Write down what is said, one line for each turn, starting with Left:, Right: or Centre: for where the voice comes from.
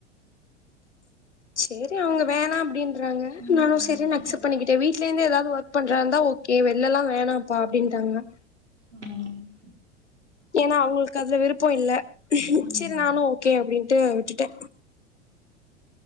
Left: சேரி அவங்க வேணாம் அப்பிடின்றாங்க
Right: சொல்லுங்க
Left: நானு
Right: தோழி உங்க
Left: சேரினு
Right: ஃப்ரெண்ட்ஸ்
Left: அக்செப்ட் பண்ணிக்கிட்டே வீட் வீட்லே இருந்து ஏதாவது ஒர்க் பண்றதா இருந்தா ஓகே வெளில்லா வேணாம்ப்பா அப்பிடின்ட்டாங்க
Right: உம் <unintelligible>
Left: ஏன்னா அவுங்களுக்கு எனக்கு அதுல விருப்போ இல்ல
Right: ம்
Left: சரி நானு ஓகே அப்டின்னு விட்டு விட்டுட்டே